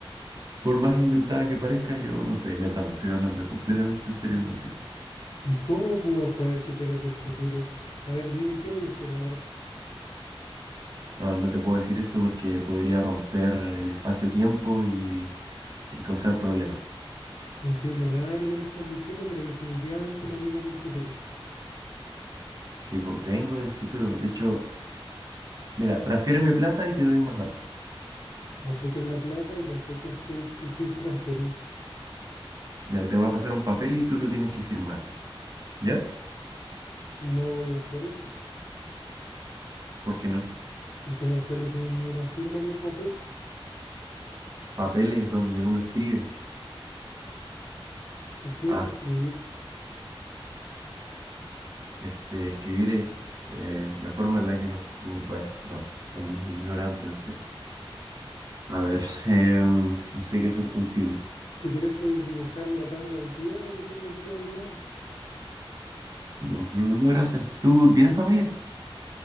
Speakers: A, on the right (about 40°); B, on the left (about 60°).
A: por más inventada que parezca, yo no estoy inventando, estoy hablando completamente en serio contigo.
B: ¿Ni cómo puedo saber que tú eres del futuro? A ver, dime qué voy a hacer ahora.
A: No, no te puedo decir eso porque podría romper el espacio-tiempo y, y causar problemas.
B: No entiendo nada de lo que me estás diciendo, pero definitivamente no vienes del futuro.
A: Sí, pues, vengo del futuro. De hecho, mira, transfiéreme plata y te doy más datos.
B: No sé qué es la plata y tampoco sé qué <laughs> es transferir.
A: Mira, te voy a pasar un papel y tú lo tienes que firmar. ¿Ya?
B: No voy a hacer eso,
A: ¿Por qué no?
B: porque no sé lo que es ni una firma ni un papel.
A: Papeles donde uno escribe.
B: ¿Y qué
A: Ah,
B: es escribir?
A: este, escribir es eh, la forma en la que nos... Bueno, no, son muy ignorantes ustedes. A ver, <laughs> em, no sé qué hacer contigo.
B: Si quieres puedes dibujar en la tabla de piedra que tengo aquí a mi lado.
A: No, no, no, gracias. ¿Tú tienes familia?